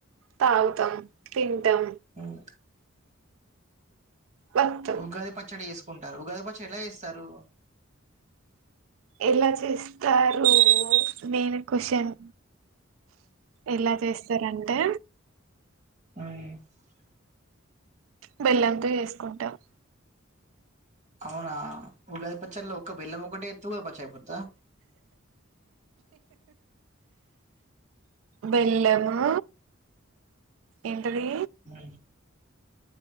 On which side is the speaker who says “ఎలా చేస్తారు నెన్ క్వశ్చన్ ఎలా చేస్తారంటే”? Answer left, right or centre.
Right